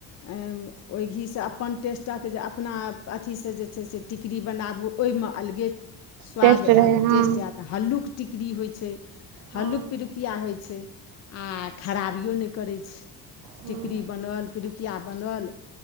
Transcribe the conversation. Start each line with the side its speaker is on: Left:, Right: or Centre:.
Left: ओहि घीसँ अपन टेस्टक जे अपना अथिसँ जे छै से टिकड़ी बनाबू ओहिमे अलगे स्वाद
Right: टेस्ट रहै
Left: ऐत
Right: हँ
Left: टेस्ट ऐत तऽ हल्लूक टिकड़ी होइ छै हल्लूक
Right: हँ
Left: पिड़ु किया होइ छै आ खराबियो नय करै छै
Right: हँ
Left: टिकरी बनल पिरुकिया बनल